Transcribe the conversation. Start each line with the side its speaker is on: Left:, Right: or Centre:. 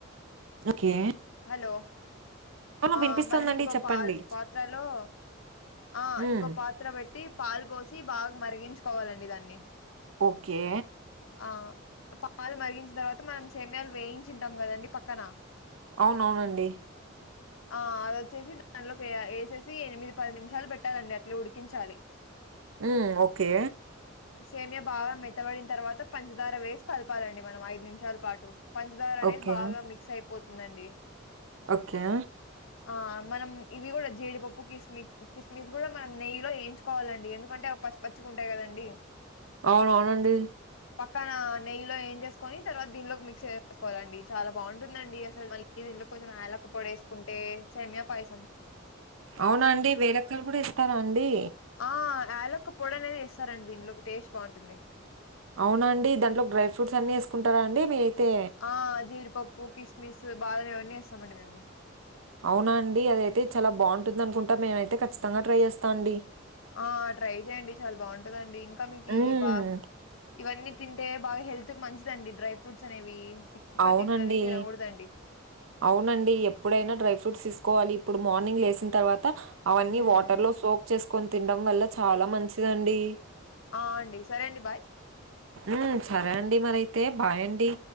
Right: ఒకే
Left: హలో ఆ
Right: వినిపిస్తోందండి
Left: మళ్ళీ ఇంకో
Right: చెప్పండి.
Left: పా పాత్రలో ఆ
Right: హ్మ్.
Left: ఇంకో పాత్ర బెట్టి పాల్ బోసి బాగ్ మరిగించుకోవాలండి దాన్ని
Right: ఓకే
Left: ఆ పాల్ మరిగించి తర్వాత మనం సేమియాలు వేయించింటం గదండి పక్కన
Right: అవునవునండి
Left: ఆ అదొచ్చేసి దాంట్లోకి వేయా ఏసేసీ ఎనిమిది పది నిమిషాలు పెట్టాలండి అట్ల ఉడికించాలి
Right: ఉ ఓకే
Left: సేమ్యా బాగ మెత్తబడిన్ తర్వాత పంచదార వేసి కలపాలండి మనం ఐదు నిమిషాల్ పాటు పంచదార అనేది
Right: ఓకే.
Left: బాగా మిక్స్ అయిపోతుందండి
Right: ఓకే
Left: ఆ మనం ఇవి గుడా జేడిపప్పు కిస్మి కిస్మిస్ గుడా మనం నెయ్యి లో ఏయించుకోవాలండి ఎందుకంటే ఆ పచ్చి పచ్చిగ ఉంటయ్ గదండీ
Right: అవున్ అవునండి
Left: పక్కనా నెయ్యిలో ఏంజేసుకొని తర్వా దీనిలో మిక్స్ ఏసుకోవాలండి చాల బాగుంటుందండి అసల్ మళ్ ఈ దీంట్లో కొంచెం యాలక్క పొడి ఏసుకుంటే సెమియా పాయసం
Right: అవునా అండి వేరెక్కల్ గుడా ఏస్తరా అండీ
Left: ఆ ఆలొక్క పొడి అనేది ఏస్సారండి దీనిలోకి టేస్ట్ బాగుంటుంది
Right: అవునా అండి దాంట్లో డ్రై ఫ్రూట్స్ అన్నీ ఏసుకుంటారా అండి మీరైతే
Left: ఆ జీడిపప్పు కిస్మిస్స్ బాదం ఇవన్నీ ఏస్సామండి మేము
Right: అవునా అండి అదైతే చాలా బాగుంటుంది అనుకుంటా మేమైతే ఖచ్చితంగా ట్రై ఏస్తా అండి
Left: ఆ ట్రై చేయండి చాల బా ఉంటదండీ కమికీ
Right: హ్మ్.
Left: బా ఇవన్నీ తింటే బాగ హెల్త్ కు మంచిదండి డ్రై ఫ్రూట్స్ అనేవీ ఇక్క
Right: అవునండి.
Left: తిండిలని తినగూడదండి
Right: అవునండి ఎప్పుడైనా డ్రై ఫ్రూట్స్ ఈసుకోవాలి ఇప్పుడు మార్నింగ్ లేసిన తర్వాత అవన్నీ
Left: హ్మ్.
Right: వాటర్ లో సోక్ చేసుకొన్ తిండం వల్ల చాల మంచిదండీ
Left: ఆ అండి సరే అండి బాయ్
Right: ఊమ్ సరే అండి మరైతే బాయ్ అండి